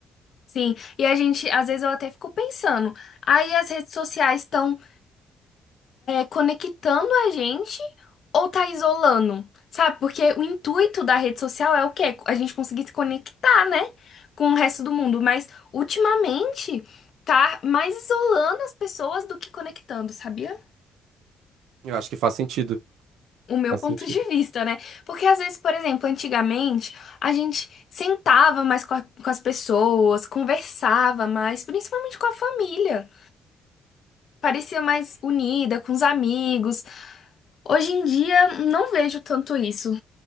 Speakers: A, on the left (about 60°); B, on the right (about 85°).
A: Sim, e a gente, às vezes eu até fico pensando, aí as redes sociais estão conectando a gente ou tá isolando? Sabe? Porque o intuito da rede social é o quê? A gente conseguir se conectar, né? Com o resto do mundo. Mas ultimamente tá mais isolando as pessoas do que conectando, sabia?
B: Eu acho que faz sentido.
A: O meu
B: Faz
A: ponto
B: sentido.
A: de vista, né? Porque às vezes, por exemplo, antigamente a gente sentava mais com a- com as pessoas, conversava mais, principalmente com a família. parecia mais unida com os amigos. Hoje em dia não vejo tanto isso.